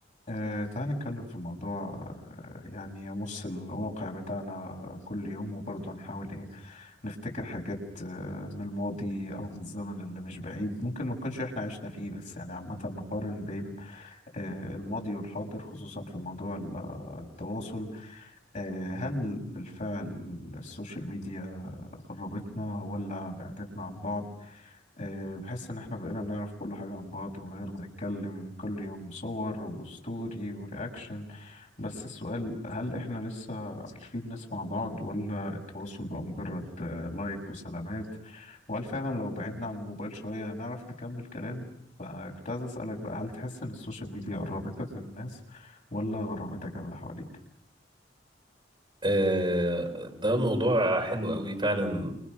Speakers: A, on the left; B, on the right.
A: آه، تعال نتكلم في موضوع آه، يعني يمس الواقع بتاعنا كل يوم وبرضه نحاول ايه نفتكر حاجات آه، من الماضي او من الزمن اللي مش بعيد ممكن ما نكونش احنا عشنا فيه بس يعني عامة نقارن بين آه، الماضي والحاضر خصوصا في موضوع ال- آه، التواصل آه، هل بالفعل السوشيال ميديا قربتنا ولا بعدتنا عن بعض آه، بحس ان احنا بقينا نعرف كل حاجة عن بعض من غير ما نتكلم كل يوم صور وستوري ورياكشن بس السؤال هل احنا لسه عارفين نسمع بعض ولا التواصل بقى مجرد آه، لايك وسلامات وهل فعلا لو بعدنا عن الموبايل شوية هنعرف نكمل كلام فكنت عايز اسألك بقى هل تحس ان السوشيال ميديا قربتك من الناس ولا غربتك عن اللي حواليك؟
B: آه، ده موضوع حلو قوي فعلا